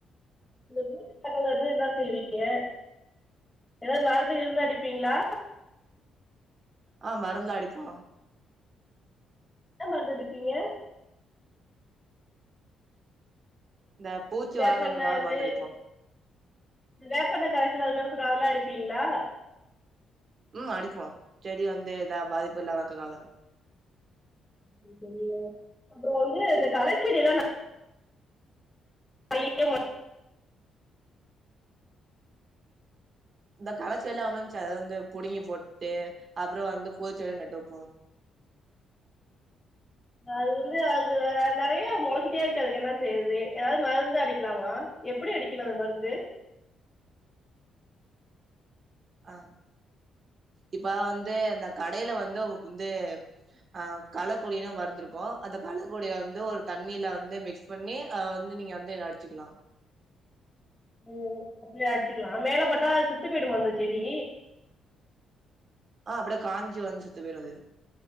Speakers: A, on the left; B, on the right.
A: என்ன <unintelligible> செய்வீங்க எதாவது மருந்து கிருந்து அடிப்பீங்ளா
B: ஆ மருந்துல்லா அடிப்போ
A: என்ன மருந்து அடிப்பீங்க
B: இந்த பூச்சி
A: வேப்பெண்ணெய்
B: வராம இருக்கிறதுக்காக
A: அது
B: மருந்து
A: மாதிரி
B: அடிப்போங்க
A: இந்த வேப்பெண்ணெ கரைசல் அது மாரி சொல்றாங்க அதெல்லா அடிப்பீங்ளா
B: ம் அடிப்போ செடி வந்து எதா பாதிப்பு இல்லாம இருக்கக்காக
A: இது தெரிய்ல அப்பற வந்து இந்த கலைச்செடிலா நா <unintelligible>
B: இந்த களச்செடிலா ஒக்காந்து ச வந்து புடுங்கி போட்டு அப்றோ வந்து பூச் செடியா நாட்டு வெப்போ
A: அது வந்து அது அ நெறைய மொளச்சுக்கிட்டே இருக்கு அதுக்கு என்ன செய்யறது எதாவ்து மருந்து அடிக்கலாமா எப்டி அடிக்கனு அந்த மருந்து
B: ஆ இப்ப வந்து இந்த கடைல வந்து அவ்க வந்து ஆ களக்கொல்லினு மருந்து இருக்கு அந்த களக்கொல்லிய வந்து ஒரு தண்ணீல வந்து மிக்ஸ் பண்ணி அத வந்து நீங்க வந்து இத அடிச்சிக்கலா
A: ஓ அப்டினா அடிச்சிக்கலா மேல பட்டா செத்து போயிடுமா அந்த செடி
B: ஆ அப்டியே காஞ்சி வந்து செத்து போயிரு அது